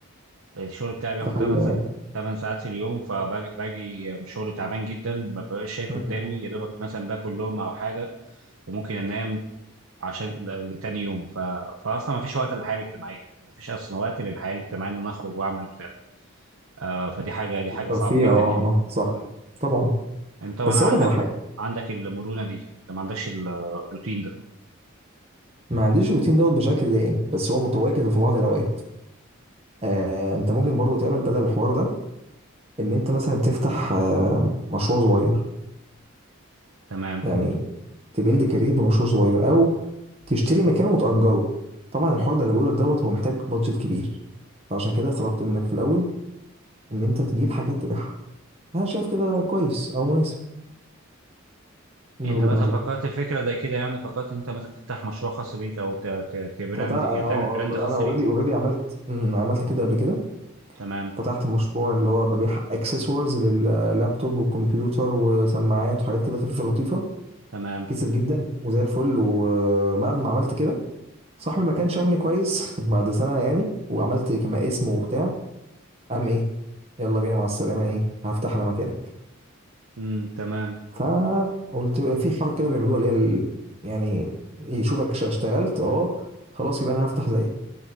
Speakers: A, on the right (about 70°); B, on the right (about 25°).
A: الشغل بتاعي بياخد
B: ده حقيقه
A: 8
B: يعني
A: 8 ساعات في اليوم فباجي من الشغل تعبان جدا ما ببقاش شايف
B: مم.
A: قدامي يا دوبك مثلا باكل لقمة او حاجة وممكن انام عشان ل- لتاني يوم ف... فاصلا ما فيش وقت للحياة الاجتماعية يعني ما فيش اصلا وقت للحياة الاجتماعية ان انا اخرج واعمل وبتاع آه فدي حاجة دي حاجة
B: الترفيه
A: صعبة جدا
B: اه
A: يعني
B: آه، صح
A: مم.
B: طبعا
A: انت طبعا
B: بس
A: عندك
B: اقول لك على حاجه
A: عندك المرونة دي انت ما عندكش ال- الروتين ده
B: ما عنديش الروتين دوت بشكل دائم بس هو متواجد في بعض الاوقات آه انت ممكن برضو تعمل بدل الحوار ده ان انت مثلا تفتح آه مشروع صغير
A: تمام
B: يعني تبيلد كارير بمشروع صغير او تشتري مكان وتأجره طبعا الحوار ده اللي بقولك دوت هو محتاج بادجت كبير فعشان كده طلبت منك في الاول ان انت تجيب حاجات تبيعها انا شايف كده كويس او مناسب من
A: انت
B: وجهة
A: مثلا
B: نظري
A: فكرت في فكرة زي كده يعني فكرت انت مثلا تفتح مشروع خاص بيك او ت... ت... تبراند
B: فتع- اه،
A: يعني
B: آه،
A: تعمل براند خاص
B: انا اوريدي
A: بيك
B: اوريدي عملت مم، عملت كده قبل كده
A: تمام
B: فتحت مشروع اللي هو ببيع اكسسوارز لللابتوب وكمبيوتر وسماعات وحاجات كده خفيفه لطيفه
A: تمام
B: كسب جدا وزي الفل وبعد ما عملت كده صاحبي ما كانش شافني كويس <laughs> بعد سنه يعني وعملت كما اسم وبتاع قام ايه يلا بينا مع السلامه ايه هفتح انا مكانك
A: امم تمام
B: فقلت في حركه كده بيعملوها اللي هي ال- يعني يشوفك ش- اشتغلت اه خلاص يبقى انا هفتح زيك